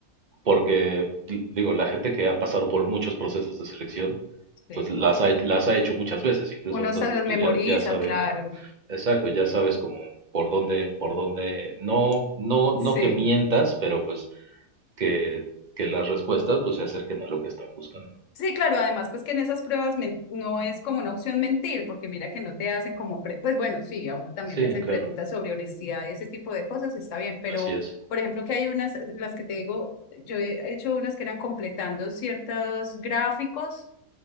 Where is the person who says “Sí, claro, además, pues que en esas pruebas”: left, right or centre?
Left